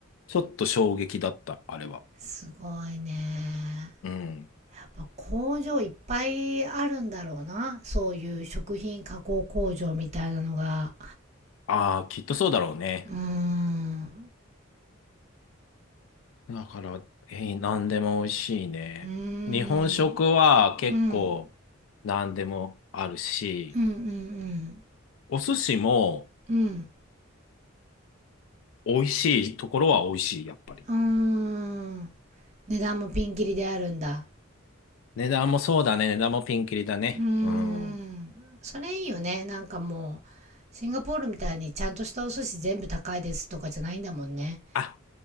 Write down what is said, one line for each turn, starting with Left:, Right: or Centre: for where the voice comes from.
Left: ちょっと衝撃だった、あれは。
Right: すごいね。
Left: うん。
Right: やっぱ工場いっぱいあるんだろうな。そういう食品加工工場みたいなのが。
Left: ああ、きっとそうだろうね。
Right: うーん。
Left: だから、えー、何でも美味しいね。
Right: うーん。
Left: 日本食は結構
Right: うん。
Left: 何でもあるし、
Right: うんうん
Left: お寿司も
Right: うん。うん。
Left: 美味しいところは美味しい、やっぱり。
Right: うーん。値段もピンキリであるんだ。
Left: 値段もそうだね。値段もピンキリだね。
Right: うーん。
Left: うん。
Right: それいいよね。なんかもう、シンガポールみたいにちゃんとしたお寿司全部高いですとかじゃないんだもんね。
Left: あ、